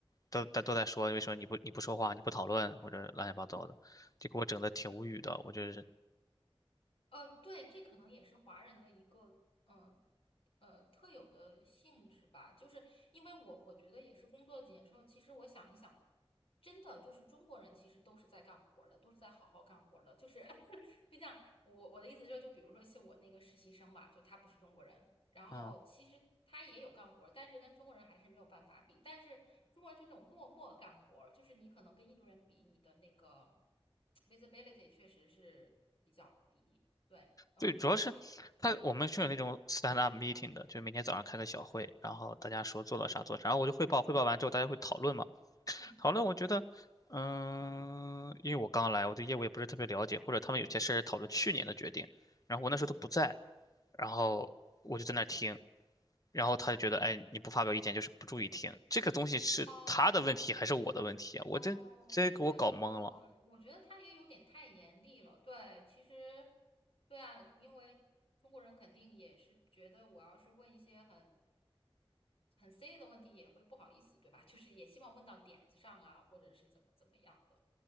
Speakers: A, on the left; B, on the left.
A: 都大都在说，为什么你不你不说话，你不讨论或者乱七八糟的，就给我整的挺无语的，我就是
B: 呃，对，这可能也是华人的一个，呃，呃，特有的性质吧。就是因为我我觉得也是工作几年之后，其实我想一想，真的就是中国人其实都是在干活儿的，都是在好好干活儿的。就是 <laughs> 就像我我的意思就是，就比如说像我那个实习生吧，就他不是中国人，然后其实他也有干活儿，
A: 嗯。
B: 但是跟中国人还是没有办法比。但是中国人就那种默默干活儿，就是你可能跟印度人比，你的那个 visibility 确实是比较低。对，哦，
A: 对，主要是他我们是有那种 stand up meeting 的，就是每天早上开个小会，然后大家说做了啥做啥，然后我就汇报，汇报完之后大家会讨论嘛。
B: 嗯，
A: 讨论我觉得，嗯、因为我刚来，我对业务也不是特别了解，或者他们有些事儿讨论去年的决定，然后我那时候都不在，然后我就在那儿听，然后他就觉得，哎，你不发表意见就是不注意听，这个东西是他的问题还是我的问题啊？
B: 哦，
A: 我这这给我搞懵了。
B: 哦，对对对对，我觉得他也有点太严厉了。对，其实，对啊，因为中国人肯定也是觉得，我要是问一些很很 C 的问题，也会不好意思，对吧？<laughs> 就是也希望问到点子上啊，或者是怎么怎么样的。